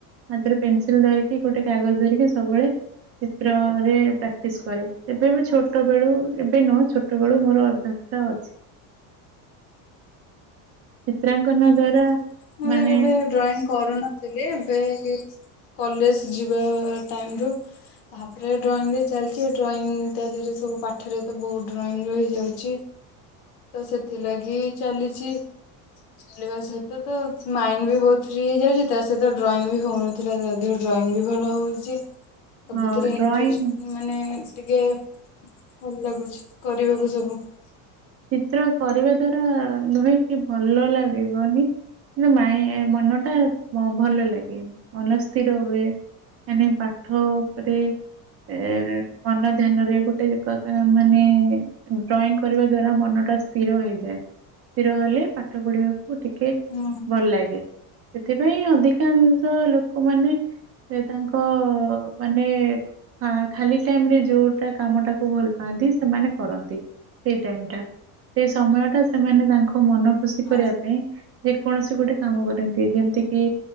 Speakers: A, on the right; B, on the left.
A: ହାତରେ ପେନସିଲ ଧରିକି ଗୋଟେ କାଗଜ ଧରିକି ସବବେଳେ ଚିତ୍ରରେ ପ୍ରାକ୍ଟିସ କରେ, ଏବେ ବି ଛୋଟ ବେଳୁ ଏବେ ନୁହଁ ଛୋଟ ଛୋଟବେଳୁ ମୋର ଅଭ୍ୟାସ ଟା ଅଛି ଚିତ୍ରାଙ୍କନ
B: ହୁଁ
A: ଦ୍ଵାରା
B: ହୁଁ ମୁଁ
A: ମାନେ
B: ତ କେବେ ଡ୍ରଇଂ କରୁନଥିଲି ଏବେ ଏଇ କଲେଜ ଯିବା ଟାଇମରୁ ତାପରେ ଡ୍ରଇଂ ରେ ଚାଲିଚି ଡ୍ରଇଂ ତା ଦିହରେ ସବୁ ପାଠରେ ତ ବହୁତ ଡ୍ରଇଂ ରହିଯାଉଚି
A: ହ
B: ତ ସେଥିଲାଗି ଚାଲିଚି - ଚାଲିବା ସହିତ ତ ମାଇଣ୍ଡ ବି ବହୁତ ଫ୍ରି ହେଇଯାଉଚି ତା ସହିତ ଡ୍ରଇଂ ବି ହଉନି - ନଥିଲା ତା ଦିହରେ ଡ୍ରଇଂ ବି ଭଲ ହଉଚି, ସବୁଥିରେ
A: ହଁ
B: ଇଣ୍ଟ୍ରେଷ୍ଟ
A: ଡ୍ରଇଂ
B: ମାନେ ଟିକେ ଭଲ ଲାଗୁଚି କରିବାକୁ ସବୁ -
A: ଚିତ୍ର କରିବା ଦ୍ଵାରା ନୁହେଁ କି ଭଲ ଲାଗିବନି କି ମାଇଁ ମନ ଟା ଭଲ ଲାଗେ- ମନ ସ୍ଥିର ହୁଏ, ମାନେ ପାଠ ଉପରେ - ଏ ମନ ଧ୍ୟାନରେ ଗୋଟେ ଏକଥା ମାନେ ଡ୍ରଇଂ କରିବା ଦ୍ଵାରା ମନ ଟା ସ୍ଥିର ହେଇଯାଏ। ସ୍ଥିର ହେଲେ ପାଠ ପଢିବାକୁ ଟିକେ
B: ହୁଁ
A: ଭଲ ଲାଗେ ସେଥିପାଇଁ ଅଧିକାଂଶ ଲୋକମାନେ ସେ ତାଙ୍କ ମାନେ ହ ଖାଲି ଟାଇମରେ ଯୋଉଟା କାମ ଟାକୁ ଭଲ ପାଆନ୍ତି ସେମାନେ କରନ୍ତି ଟାଇମ୍ ଟା, ସେଇ ସମୟଟା ସେମାନେ ତାଙ୍କ ମନ ଖୁସି
B: ହଁ।
A: କରିବା ପାଇଁ ଯେକୌଣସି ଗୋଟେ କାମ କରନ୍ତି ଯେମିତି କି